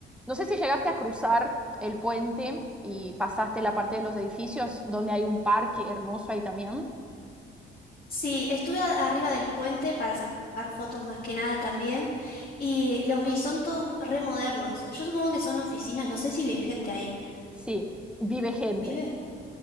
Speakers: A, in the centre; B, on the left (about 50°).
A: No sé si llegaste a cruzar el puente y pasaste la parte de los edificios donde hay un parque hermoso ahí también.
B: Sí, estuve a- arriba del puente para sacar fotos más que nada también y los vi, son todos re modernos. Yo supongo que son oficinas, no sé si vive gente ahí.
A: Sí, vive gente,
B: ¿Vive?